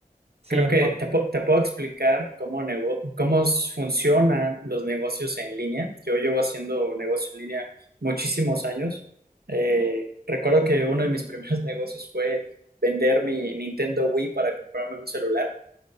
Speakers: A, on the right; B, on the right.
A: sí.
B: Creo
A: un
B: que
A: po-
B: te, pu- te puedo explicar cómo, nego- cómo s- funcionan los negocios en línea. Yo llevo haciendo negocio en línea muchísimos años. Eh, recuerdo que uno de mis primeros <laughs> negocios fue vender mi Nintendo Wii para comprarme un celular.